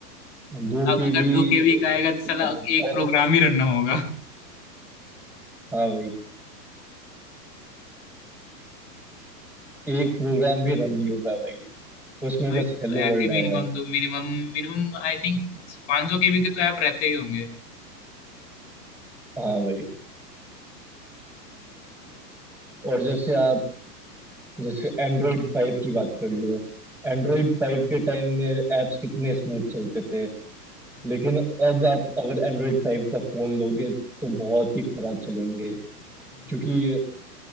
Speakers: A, in the centre; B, on the left (about 45°).
A: दो
B: अब
A: के
B: अगर
A: भी
B: दो के बी का आएगा तो साला
A: मतलब
B: एक
A: बहुत
B: प्रोग्राम ही रन होगा
A: हाँ भाई एक प्रोग्राम भी रन नहीं होगा भाई उसमें
B: अभी
A: बस
B: तो
A: हेलो
B: ऐप
A: वर्ल्ड
B: ही मिनिमम
A: आएगा भाई
B: दो मिनिमम मिनिमम आई थिंक 500 सौ के बी के तो ऐप रहते ही होंगे
A: हाँ भाई और जैसे आप जैसे एंड्रॉइड फाइव की बात कर लो एंड्रॉइड फाइव के टाइम में एप्स कितने स्मूथ चलते थे
B: हम्म,
A: लेकिन अब आप अगर एंड्रॉइड फाइव का फोन लोगे तो बहुत ही खराब चलेंगे
B: हम्म,
A: क्योंकि